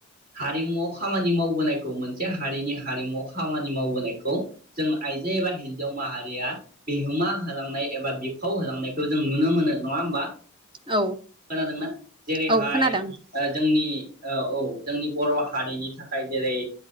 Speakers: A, on the right; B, on the right.
A: हारिमु खामानि मावबोनायखौ मोनसे हारिनि हारिमुवाव खामानि मावबोनायखौ जों आइजो एबा हिनजाव माहारिया बिहोमा होलांनाय एबा बिफाव होलांनायखौ जों नुनो मोनो नङा होमबा।
B: औ
A: खोनादोंना जेरैहाय
B: औ खोनादों
A: ओ जोंनि ओ औ जोंनि बर' हारिनि थाखाय जेरै